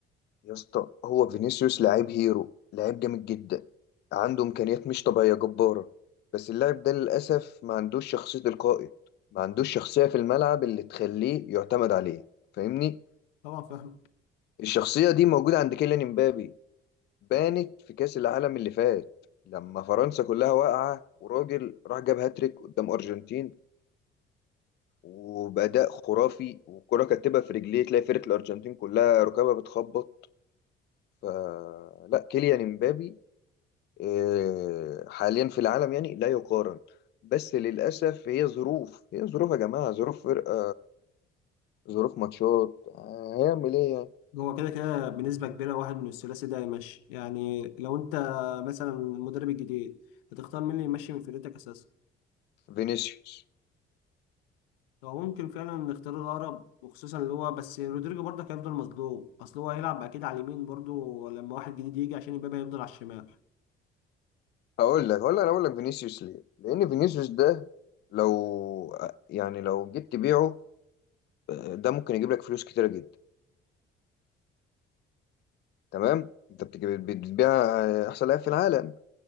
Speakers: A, on the left; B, on the left.
A: يا اسطى هو فينيسيوس لعيب هيرو لعيب جامد جدا عنده امكانيات مش طبيعيه جباره بس اللاعب ده للاسف ما عندوش شخصيه القائد ما عندوش شخصيه في الملعب اللي تخليه يعتمد عليه فاهمني
B: طبعا فاهم
A: الشخصيه دي موجوده عند كيليان امبابي بانت في كأس العالم اللي فات لما فرنسا كلها واقعة وراجل راح جاب هاتريك قدام أرجنتين وبأداء خرافي والكرة كاتبة في رجليه تلاقي فرقة الأرجنتين كلها ركابها بتخبط فلا كيليان امبابي آه، حاليا في العالم يعني لا يقارن بس للأسف هي ظروف هي ظروف يا جماعة ظروف فرقة ظروف ماتشات آه، هيعمل ايه يعني
B: هو كده كده بنسبة كبيرة واحد من الثلاثي ده يمشي يعني لو انت مثلا المدرب الجديد هتختار مين اللي يمشي من فرقتك اساسا
A: فينيسيوس
B: هو ممكن فعلا نختار الاقرب وخصوصا اللي هو بس رودريجو برضه هيفضل مظلوم اصل هو هيلعب اكيد على اليمين برضه لما واحد جديد يجي عشان امبابي هيفضل على الشمال
A: هقول لك هقول لك انا اقول لك فينيسيوس ليه لان فينيسيوس ده لو يعني لو جيت تبيعه آه، ده ممكن يجيب لك فلوس كتيره جدا تمام انت بتجيب- بتبيع آه، احسن لاعب في العالم